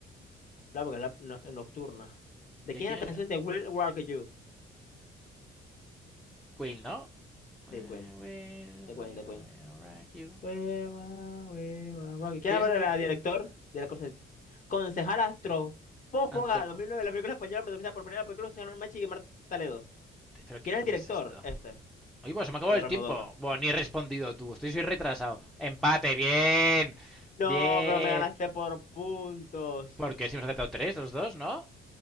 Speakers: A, on the left; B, in the centre.
A: Claro, porque es la no- nocturna. ¿De
B: ¿De
A: quién
B: quién
A: es
B: es?
A: la canción de Will Rock You?
B: Queen, ¿no? I
A: De Queen.
B: will,
A: De
B: will,
A: Queen, de Queen.
B: will rock you.
A: Hueva, hueva, rock you. ¿Quién
B: ¿Quién es
A: es
B: el de...
A: la director de la conce- concejal astrofófaga
B: Antropo...
A: 2009 la película española protagonizada por Penélope Cruz, Machi Machi y Marta Ledo?
B: ¿Pero qué,
A: ¿Quién
B: qué
A: es el director?
B: es esto?
A: Este,
B: Oye, pues se me acabó
A: Pedro
B: el tiempo.
A: Almodóvar.
B: Bueno, ni he respondido tú. Estoy soy retrasado. Empate, bien.
A: No,
B: Bien.
A: pero me ganaste por puntos.
B: Porque si hemos aceptado tres, los dos, ¿no?